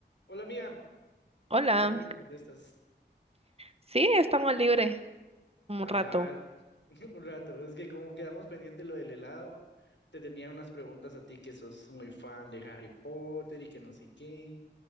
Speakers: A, on the left (about 75°); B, on the right (about 30°).
A: Hola amiga,
B: Hola,
A: qué bueno que me contestas.
B: sí, estamos libres un
A: Ajá,
B: rato.
A: <laughs> un rato. Es que como quedamos pendiente lo del helado, te tenía unas preguntas a ti que sos muy fan de Harry Potter y que no sé qué.